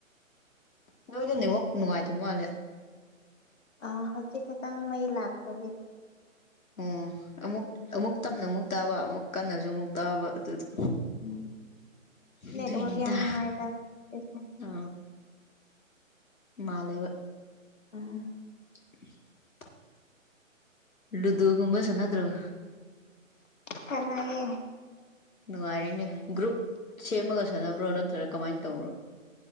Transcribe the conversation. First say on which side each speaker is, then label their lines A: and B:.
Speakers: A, on the left; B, on the left.
A: ꯅꯣꯏꯗꯅꯦꯕ ꯅꯨꯡꯉꯥꯏꯇꯕ ꯃꯥꯜꯂꯦ
B: ꯑ ꯍꯧꯖꯤꯛ ꯈꯇꯪ ꯃꯩ ꯂꯥꯛꯄꯒꯤ
A: ꯑꯣ ꯑꯃꯨꯛ ꯑꯃꯨꯛ ꯇꯞꯅ ꯑꯃꯨꯛ ꯇꯥꯕ ꯑꯃꯨꯛ ꯀꯟꯅꯁꯨ ꯑꯃꯨꯛ ꯇꯥꯕ ꯑꯗꯨꯗ
B: ꯎꯝ
A: ꯨꯅꯤꯇꯥ
B: ꯅꯦꯠꯋꯥꯛ ꯌꯥꯝ ꯅꯨꯡꯉꯥꯏꯇꯕꯁꯦ
A: ꯑ ꯃꯥꯂꯕ
B: ꯑꯥ
A: <unintelligible> ꯏꯗꯨ ꯀꯨꯝꯕ ꯆꯅꯥ ꯑꯗꯨ꯭ꯔꯣ
B: ꯈꯅꯥꯑꯌꯦ
A: ꯅꯨꯡꯉꯥꯏꯔꯤꯅꯦ ꯒ꯭ꯔꯨꯞ ꯁꯦꯝꯃꯒ ꯁꯥꯟꯅꯕ꯭ꯔꯣ ꯅꯠꯇ꯭ꯔꯥ ꯀꯃꯥꯏꯅ ꯇꯧꯕ꯭ꯔꯣ